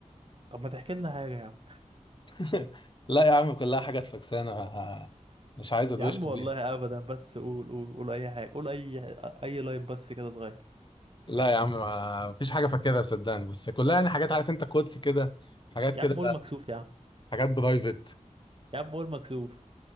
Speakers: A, on the right (about 45°); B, on the left (about 35°).
A: طب ما تحكي لنا حاجة يا عم
B: <laughs> لا يا عم كلها حاجات فكسانة مش عايز أدوشك
A: يا عم والله
B: بيها
A: ابدا بس قول قول قول اي حاجة قول اي اي لاين بس كده صغير
B: لا يا عم ما فيش حاجة فاكرها صدقني بس كلها يعني حاجات عارف أنت كوتس كده حاجات
A: يا
B: كده
A: عم قول مكسوف يا عم
B: حاجات برايفت
A: يا عم قول مكسوف